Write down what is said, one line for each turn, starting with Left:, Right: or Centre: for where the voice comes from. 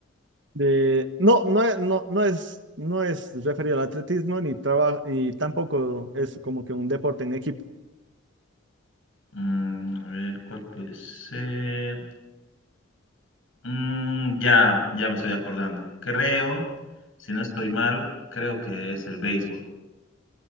Right: De, no, no, e- no, no es, no es referido al atletismo ni traba- y tampoco es como que un deporte en equipo.
Left: Mm, a ver, ¿cuál puede ser? Mm, ya, ya me estoy acordando. Creo, si no estoy mal, creo que es el béisbol.